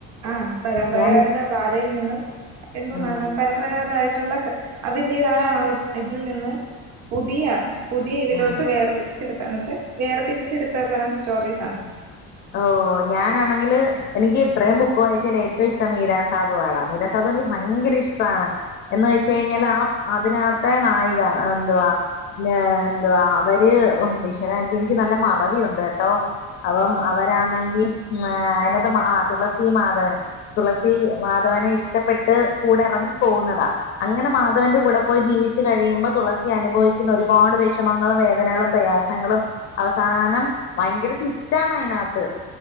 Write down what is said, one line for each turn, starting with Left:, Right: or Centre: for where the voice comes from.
Right: ആഹ് പരമ്പരഗത
Left: ഞാൻ
Right: പാതയിൽ നിന്നും എന്തുകൊണ്ടാണ്
Left: ആ
Right: പരമ്പരാഗത- ഗതമായിട്ടുള്ള ക അതിന്റേതായ ആ ഒരു ഇതിൽ നിന്ന് പുതിയ പുതിയ ഇതിലോട്ട്
Left: ആ
Right: വേർതിരിച്ചെടുക്കാനൊക്കെ വേർതിരിച്ചെടുത്ത തരം സ്റ്റോറീസാ.
Left: ഓഹ് ഞാനാണെങ്കില് എനിക്ക് ഇത്രയും
Right: ആഹ്
Left: ബുക്ക് വായിച്ചേല് ഏറ്റവും ഇഷ്ടം മീരാസാദു ആടാ. മീര സാധു എനിക്ക് ഭയങ്കര ഇഷ്ട ആണ്. എന്നു വെച്ച് കഴിഞ്ഞാൽ ആ അതിനക ത്തേ നായിക എന്തുവാ ന്നെ എന്തുവാ അവര് ഓഹ് എൻ്റീശ്വരാ എനിക്ക് എനിക്ക് നല്ല മറവിയുണ്ടേട്ടോ. അപ്പം രാണെങ്കി ഉംഏ അയ്നാത്തെ ആഹ് തുളസി മാധവനും തുളസി മാധവനെ ഇഷ്ടപെട്ട് കൂടെ എറങ്ങി പോവുന്നതാ അങ്ങനെ മാധവന്റെ കൂടെ പോയി ജീവിച്ചു കഴിയുമ്പം തുളസി അനുഭവിക്കുന്ന ഒരുപാട് വെഷമങ്ങളും വേദനകളും പ്രയാസ് സങ്ങളും. അവസാനം ഭയങ്കര ട്വിസ്റ്റാണ് അയ്നകത്ത്